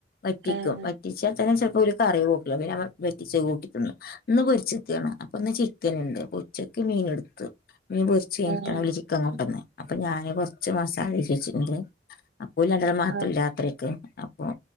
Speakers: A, on the left; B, on the right.
A: വറ്റിക്കും
B: ആഹ്
A: വറ്റിച്ചാ തന്നെ ചിലപ്പോ ഒരു കറി കുട്ടൂല പിന്നെ വറ്റിച്ച കൂട്ടി തിന്നും ഇന്ന് പൊരിച്ചെക്കാണർഞ് അപ്പൊ ഒന്ന് ചിക്കൻണ്ട് ഉച്ചക്ക് മീൻ എടുത്തു മീൻ പൊരിച്ച് കഴിഞ്ഞട്ടാണ്
B: ആഹ്
A: ചി ക്കം കൊണ്ടന്ന് അപ്പൊ ഞാന് കൊറച്ചു മാസാലിം <unintelligible> ന്റെ ഓല് രണ്ടാൾ മാത്രല്ല
B: ആഹ്
A: രാത്രിക്ക് അപ്പം